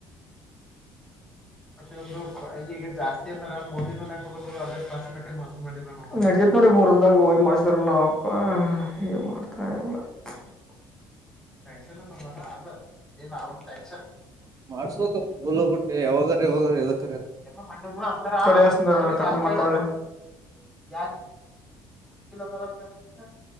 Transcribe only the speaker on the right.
ಮಾಡ್ಸ್ಬೇಕಪ್ಪ ಗುಲ್ ಬಿಟ್ಟೆ ಯಾವಾಗಾರ್ ಯಾವಾಗಾರ್......